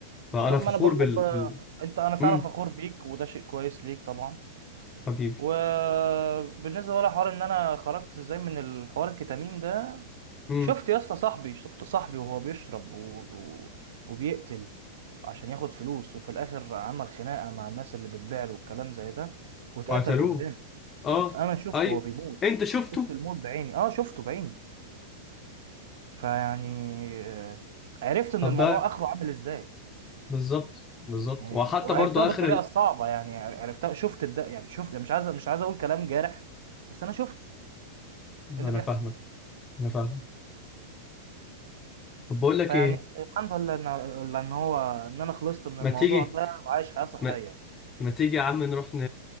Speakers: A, on the left; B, on the right.
A: فانا
B: آه، ما
A: فخور
B: انا بقول
A: بال,
B: لك بقى
A: بال...
B: انت انا فعلا
A: امم
B: فخور بيك وده شيء كويس ليك طبعا
A: حبيبي
B: وبالنسبه بقى لحوار ان انا خرجت ازاي من الحوار الكتامين ده
A: امم
B: شفت يا اسطى صاحبي شفت صاحبي وهو بيشرب و... و... وبيقتل عشان ياخد فلوس وفي الاخر عمل خناقه مع الناس اللي بتبيع له والكلام زي ده واتقتل
A: وقتلوه
B: قدامي
A: اه
B: ات- انا شفته
A: ايوه
B: وهو بيموت
A: انت شفته
B: شفت الموت بعيني اه شفته بعيني فيعني آه، عرفت ان
A: طب
B: الموضوع
A: ده
B: اخره عامل ازاي
A: بالظبط بالظبط
B: يعني
A: وحتى
B: وعرفتها
A: برضو اخر
B: بالطريقه
A: ال...
B: الصعبه يعني عرفتها شفت الد... يعني شفت مش عايز مش عايز اقول كلام جارح بس انا شفت
A: انا
B: ايه اللي بيحصل
A: فاهمك انا فاهمك طب بقول لك
B: فيعني
A: ايه
B: الحمد لله ان ان هو ان انا خلصت من
A: ما
B: الموضوع
A: تيجي
B: ده وعايش حياه صحيه
A: ما, ما تيجي يا عم نروح ن...